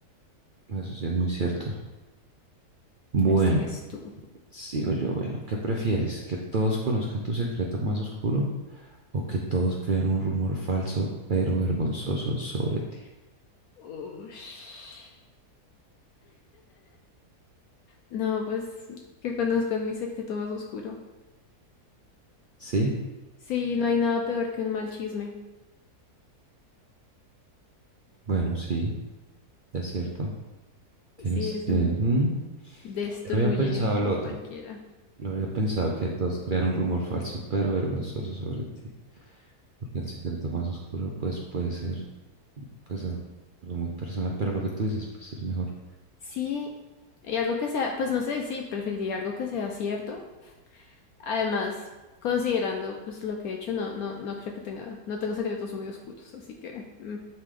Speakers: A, on the right; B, on the left.
A: eso sí es muy cierto. Bueno.
B: A ver, sigues tú.
A: Sigo yo, bueno, ¿qué prefieres? ¿Que todos conozcan tu secreto más oscuro o que todos crean un rumor falso pero vergonzoso sobre ti?
B: Ush. No, pues que conozcan mi secreto más oscuro.
A: Sí,
B: Sí, no hay nada peor que un mal chisme.
A: bueno, sí, es cierto. Tienes,
B: Sí, eso
A: tienes- mm,
B: destruye
A: Yo había pensado el
B: a
A: otro.
B: cualquiera.
A: Yo habría pensado que todos crean un rumor falso pero vergonzoso sobre ti, porque el secreto más oscuro pues puede ser pues algo muy personal, pero lo que tú dices pues es mejor.
B: Sí, y algo que sea, pues no sé, sí, preferiría algo que sea cierto. Además, considerando pues lo que he hecho, no, no, no creo que tenga, no tengo secretos muy oscuros, así que mm,